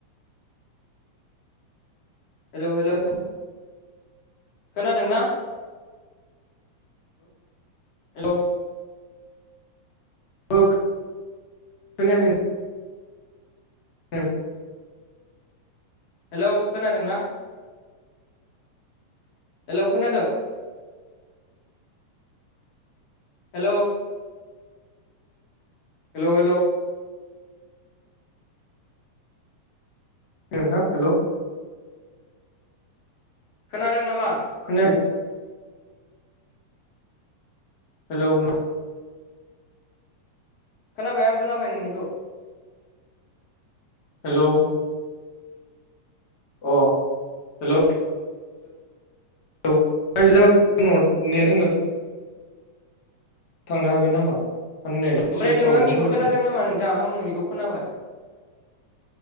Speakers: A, on the left; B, on the left.
A: हेलौ हेलौ खोनादोंना हेलौ
B: ओ खोनायाखै ओं
A: हेलौ खोनादोंना हेलौ खोनादोंं हेलौ हेलौ हेलौ
B: नोंथां हेलौ
A: खोनादों नामा
B: खोनायाख हेलौ
A: खोनाबाय आं खोनाबाय नोंनिखौ
B: हेलौ औ हेलौ <unintelligible> थांनो हागोन नामा नेट एसे
A: ओमफ्राय नोंङो
B: प्रब्लेम
A: आंनिखौ
B: होगासिनो
A: खोनादों नामा नोंथां आं नोंनिखौ खोनाबाय